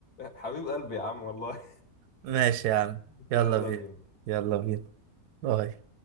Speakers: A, on the left; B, on the right.
A: حبيب قلبي يا عم والله
B: ماشي يا عم
A: <laughs> يلا
B: يلا بينا
A: بينا
B: يلا بينا باي